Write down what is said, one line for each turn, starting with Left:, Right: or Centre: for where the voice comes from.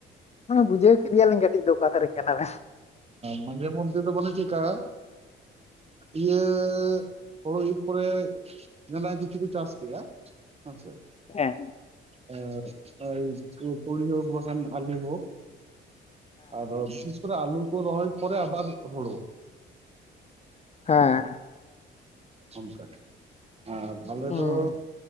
Left: ᱵᱩᱡᱷᱟᱹᱣ ᱠᱮᱫᱮᱭᱟᱞᱤᱧ ᱠᱟᱹᱴᱤᱡ ᱫᱚ ᱚᱠᱟ ᱥᱮᱫ ᱨᱮᱱ ᱠᱟᱱᱟ ᱵᱮᱱ
Right: ᱢᱟᱱᱡᱮ ᱢᱩᱚᱫᱮ ᱫᱚ ᱵᱚᱞᱮ ᱪᱮᱜᱠᱟ ᱤᱭᱟᱹ ᱦᱩᱲᱩ ᱤᱨ ᱯᱚᱨᱮ ᱡᱷᱟᱱᱮ ᱠᱤᱪᱷᱩ ᱠᱚ ᱪᱟᱥ ᱠᱮᱭᱟ ᱦᱮᱸᱥᱮ
Left: ᱦᱮᱸ
Right: ᱟ ᱯᱲ ᱦᱳᱠ ᱵᱟ ᱥᱟᱱ ᱟᱞᱩ ᱦᱳᱠ ᱟᱫᱚ ᱵᱤᱥᱮᱥ ᱠᱚᱨᱮ ᱟᱞᱩ ᱠᱚ ᱨᱚᱦᱚᱭ ᱯᱮ ᱟᱵᱟᱨ ᱦᱳᱲᱳ
Left: ᱦᱮᱸ
Right: ᱚᱱᱠᱟ ᱟᱨ ᱟᱞᱮ
Left: ᱦᱮᱸ
Right: ᱫᱚ